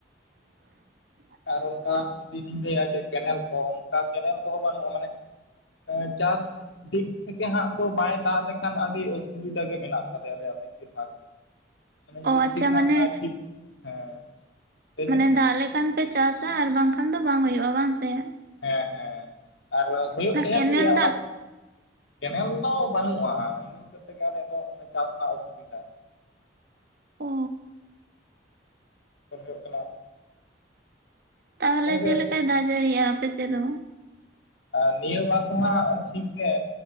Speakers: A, on the right; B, on the left.
A: <inaudible>
B: ᱟᱨ ᱚᱱᱠᱟ ᱡᱩᱫᱤ ᱵᱤᱱ ᱞᱟᱹᱭᱟ ᱡᱮ ᱠᱮᱱᱮᱞ ᱠᱚ ᱚᱱᱠᱟ ᱠᱮᱱᱮᱞ ᱠᱚᱦᱚᱸ ᱵᱟᱹᱱᱩᱜᱼᱟ ᱢᱟᱱᱮ ᱮᱸ ᱪᱟᱥ ᱫᱤᱠ ᱛᱷᱮᱠᱮ ᱦᱟᱸᱜ ᱫᱚ ᱵᱟᱭ ᱫᱟᱜ ᱞᱮᱠᱷᱟᱱ ᱟᱹᱰᱤ ᱚᱥᱩᱵᱤᱫᱷᱟ ᱜᱮ ᱢᱮᱱᱟᱜ᱾ ᱛᱮᱞᱮᱭᱟ ᱟᱞᱮᱭᱟᱜ ᱵᱮᱥᱤᱨ ᱵᱷᱟᱜᱽ ᱜᱮ᱾ ᱢᱟᱱᱮ ᱡᱫᱤ
A: ᱚ ᱟᱪᱪᱷᱟ
B: ᱴᱷᱤᱠ ᱦᱟᱸᱜ
A: ᱢᱟᱱᱮ
B: ᱴᱷᱤᱠ ᱦᱮᱸ᱾ ᱞᱟᱹᱭ
A: ᱢᱟᱱᱮ
B: ᱵᱤᱱ
A: ᱫᱟᱜ ᱞᱮᱠᱷᱟᱱ ᱯᱮ ᱪᱟᱥᱟ ᱟᱨ ᱵᱟᱝᱠᱷᱟᱱ ᱫᱚ ᱵᱟᱝ ᱦᱩᱭᱩᱜᱼᱟ ᱵᱟᱝ ᱥᱮ᱾
B: ᱦᱮᱸ ᱦᱮᱸ ᱟᱨ ᱦᱩᱭᱩᱜ
A: ᱚᱱᱟ
B: ᱛᱟᱦᱮᱱ
A: ᱠᱮᱱᱮᱞ
B: ᱜᱮᱭᱟ
A: ᱫᱟᱜ
B: ᱚᱱᱟ ᱠᱮᱱᱮᱞ ᱫᱚ ᱵᱟᱹᱱᱩᱜᱼᱟ ᱤᱱᱟᱹ ᱦᱚᱛᱮᱡ ᱛᱮᱜᱮ ᱟᱞᱮᱭᱟᱜ ᱫᱚ ᱪᱟᱥ ᱨᱮᱱᱟᱜ ᱚᱥᱩᱵᱤᱫᱟ᱾
A: ᱚ
B: ᱚᱨ ᱦᱩᱭᱩᱜ ᱠᱟᱱᱟ
A: ᱛᱟᱦᱚᱞᱮ
B: ᱤᱱᱟᱹᱜᱮ
A: ᱪᱮᱫ ᱞᱮᱠᱟᱭ ᱫᱟᱜ ᱡᱟᱹᱲᱤᱭᱮᱜ-ᱟ ᱟᱯᱮ ᱥᱮᱫ ᱫᱚ?
B: ᱟᱨ ᱱᱤᱭᱟᱹ ᱵᱟᱨ ᱫᱚ ᱦᱟᱸᱜ ᱴᱷᱤᱠ ᱜᱮ᱾